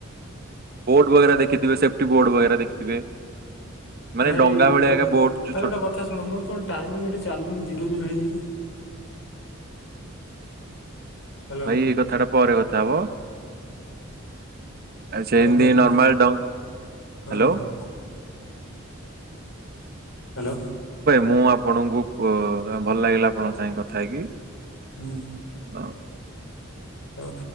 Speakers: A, on the right (about 45°); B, on the left (about 65°).
A: ବୋର୍ଡ ବଗେରା ଦେଖିଥିବେ ସେଫ୍ଟି ବୋର୍ଡ ବଗେରା ଦେଖିଥିବେ। ମାନେ
B: ଭାଇ
A: ଡଙ୍ଗା ଭଳିଆ
B: ଗୋଟେ
A: ଏକା
B: ଭାଇ
A: ବୋଟ ଯୋଉ ଛୋଟ
B: ଗୋଟେ କଥା ଶୁଣ ମୋର କଣ ଟାଇମିଙ୍ଗ ଏଠି ଚାଲୁନି ଜିରୋ ଜିରୋ ହେଇଯାଇଛି। ହ୍ୟାଲୋ
A: ଭାଇ ଏ କଥାଟା ପରେ କଥା ହବ। ଆଛେମିତି
B: ହଁ କୁହନ୍ତୁ
A: ନର୍ ନର୍ମାଲ ଡ଼ାଉନ୍ ହାଲୋ
B: ହଁ ହଁ ହାଲୋ।
A: ମୁଁ ଆପଣଙ୍କୁ କୋ ଭଲ ଲାଗିଲା ଆପଣଙ୍କ ସାଙ୍ଗେ କଥା ହେଇକି
B: ହୁଁ।
A: ଆଉ।
B: ହଉ।